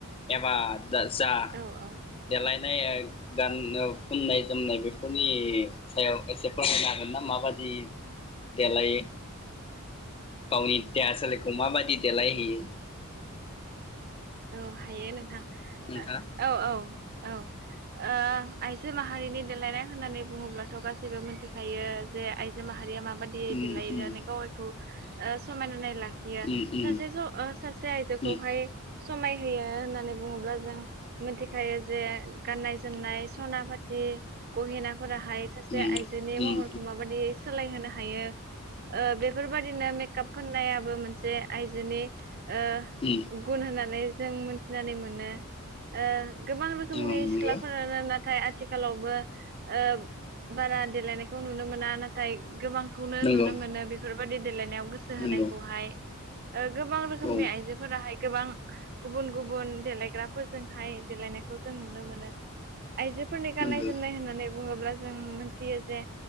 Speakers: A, on the left; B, on the right.
A: एबा। दा जा
B: औ औ
A: देलाय। नाय गान नो फुननाय जोमनाय बेफोरनि सायाव एसे फमायनो हागोन ना माबादि। देलायो। गावनि देहा सोलेरखौ माबादि देलायहोयो।
B: औ हायो नोंथां
A: नोंथाङा
B: ओ औ औ औ ओ आइजो माहारिनि देलायनाय होननानै बुङोब्लाथ' गासैबो मोनथिखायो जे आइजो माहारिया माब बादियै
A: उम
B: देलायनानै
A: उम
B: गावयैखौ ओ समायनानै लाखियो
A: उम उम
B: सासे ओ सासे आइजोखौहाय।
A: उम
B: समाय होयो होननानै बुङोब्ला जों मिथिखायो जे गाननाय जोमनाय सना फाथि। गहेनाफोराहाय सासे
A: उम
B: आइजोनि
A: उम
B: महरखौ
A: उम
B: माबायदि सोलायहोनो हा हायो ओ बेफ फोरबादिनो मेकआप फोननाया। बो मोनसे आइजोनि। ओ
A: उम
B: गुन होना। जों मोनथिनानै मोनो ओ गोबां रोखोमनि
A: उम
B: सिख्लाफोरानो
A: उम
B: नाथाय आथिखालावबो ओ बारा देलायनायखौ नुनो मोना नाथाय गोबांखौनो
A: नंगौ
B: नुनो मोनो बेफोर बादि देलायनायाव। गोसो
A: नंगौ
B: होनायखौहाय। ओ गोबां रोखोमनि
A: नंगौ औ
B: आइजोफोराहाय गोबां। गुबुन गुबुन देलायग्राफोरजोंहाय देलायनायखौ जों नुनो मोनो। आइजोफोरनि गाननाय
A: नंगौ
B: जोमनाय होननानै बुङोब्ला जों मिथियो जे